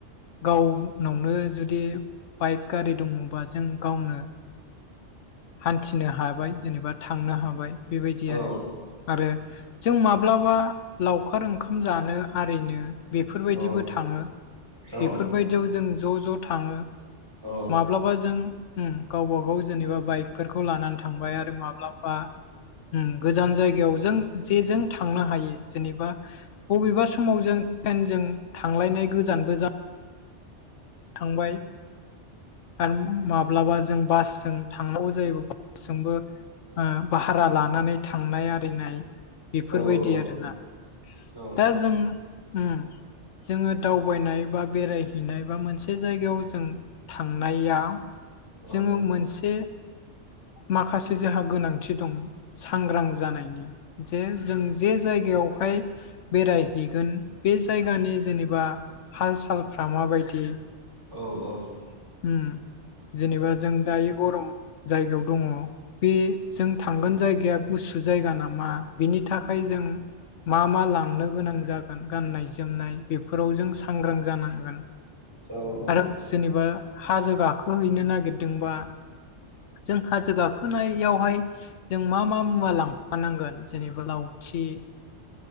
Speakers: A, on the left; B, on the right.
A: गावनावनो जुदि बाइक गारि दङबा जों गावनो हान्थिनो हाबाय जेनेबा थांनो हाबाय बेबायदि
B: औ
A: आरो आरो जों माब्लाबा लावखार ओंखाम जानो आरिनो बेफोरबायदिबो
B: औ
A: थाङो बेफोरबायदियाव
B: औ
A: जों ज' ज' थाङो
B: औ
A: माब्लाबा जों गावबा गाव जेनेबा बाइकफोरखौ लानानै थांबाय आरो माब्लाबा गोजान जायगायाव जों जेजों थांनो हायो जेनेबा बबेबा समाव जों जों थांलायनाय गोजानबो ज थांबाय। आरो माब्लाबा जों बासजों थांनांगौ जायोब बासजोंबो भाहारा लानानै थांनाय आरिनाय बेफोरबायदि
B: औ औ
A: आरोना?
B: औ
A: दा जों अम जोंङो दावबायनाय बा बेरायहैनाय बा मोनसे मोनसे जायगायाव जों थांनायाव
B: औ नंगौ
A: जोंङो मोनसे माखासे जोंहा गोनांथि दं सांग्रां जानायनि जे जों जे जायगायावहाय बेरायहैगोन बे जायगानि जेनेबा हाल सालफ्रा माबायदि
B: औ औ
A: उम जेनेबा जों दायो गरम जायगायाव दङ बे जों थांगोन जायगाया गुसु जायगा नामा बिनि थाखाय जों मा मा लांनो गोनां जागोन गाननाय जोमनाय बेफोराव जों सांग्रां जानांगोन।
B: औ औ
A: आरो जेनेबा हाजो गाखोहैनो नागिरदोंबा जों हाजो गाखो होनायावहाय जों मा मा मुवा लांफानांगोन जेनेबा लावथि